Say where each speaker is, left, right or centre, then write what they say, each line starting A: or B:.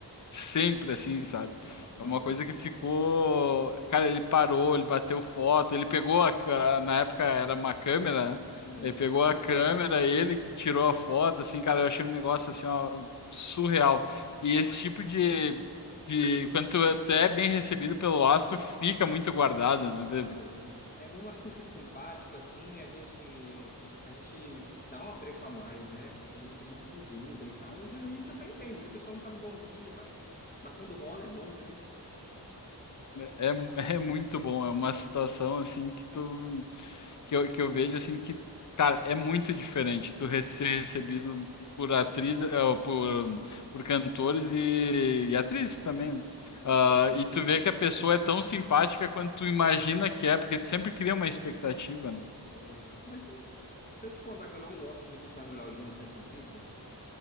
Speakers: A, on the left (about 45°); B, on the left (about 20°).
A: sempre assim, sabe?
B: é uma bacana.
A: É uma coisa que ficou. Cara, ele parou, ele bateu foto, ele pegou a. ca- Na época era uma câmera, né?
B: Uhum.
A: Ele pegou a câmera, ele que tirou a foto, assim, cara, eu achei um negócio assim, ó, surreal. E esse tipo de. de... Quando tu é tu é bem recebido pelo astro, fica muito guardado, né, David?
B: E, quer ver, é quando o artista é simpático, assim, né? A gente, a gente dá um apreço a mais, né? Porque tem gente que é muito sisuda e tal. E às vezes a gente até entende, às vezes a pessoa não tá no bom dia, mas, mas quando rola é bom, né?
A: É, é é muito bom, é uma situação assim que tu. que eu, que eu vejo assim que, cara, é muito diferente tu re- ser recebido por atriz, eh, por, por cantores e, e atrizes também. né?
B: É,
A: Ah,
B: seus títulos,
A: e tu vê
B: né?
A: que a pessoa é tão simpática quanto tu imagina que é, porque tu sempre cria uma expectativa, né?
B: Pois é. Mas se eu te contar que eu não gosto muito do Charlie Brown Jr., você acredita?